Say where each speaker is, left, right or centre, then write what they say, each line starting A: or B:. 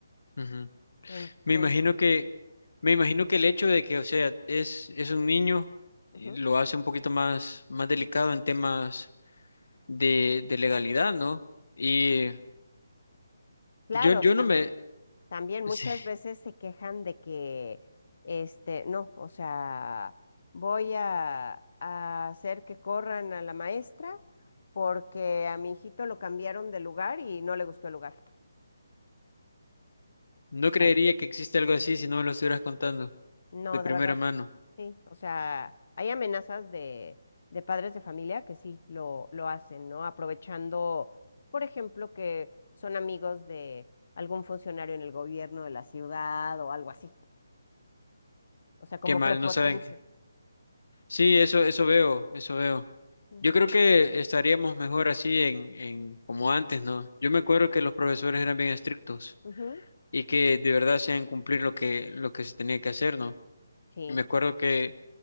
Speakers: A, on the left (about 70°); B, on the left (about 50°).
A: ujú.
B: Entonces,
A: Me imagino que, me imagino que el hecho de que, o sea, es, es un niño,
B: ujú,
A: eh, lo hace un poquito más, más delicado en temas de, de legalidad, ¿no? Y
B: Claro,
A: yo, yo
B: también.
A: no me, <laughs>
B: También
A: sí,
B: muchas veces se quejan de que, este, no, o sea, voy a, a hacer que corran a la maestra porque a mi hijito lo cambiaron de lugar y no le gustó el lugar.
A: no
B: O sea,
A: creería que existe algo así si no me lo estuvieras contando
B: no,
A: de primera
B: de verdad,
A: mano.
B: sí. O sea, hay amenazas de, de padres de familia que sí lo, lo hacen, ¿no? Aprovechando, por ejemplo, que son amigos de algún funcionario en el gobierno de la ciudad o algo así. O sea, como
A: Qué mal,
B: prepotencia.
A: no saben. que- Sí, eso, eso veo, eso veo.
B: Ujú.
A: Yo creo que estaríamos mejor así en, en como antes, ¿no? Yo me acuerdo que los profesores eran bien estrictos
B: Ujú,
A: y que de verdad hacían cumplir lo que, lo que se tenía que hacer, ¿no?
B: Sí.
A: Y me acuerdo que,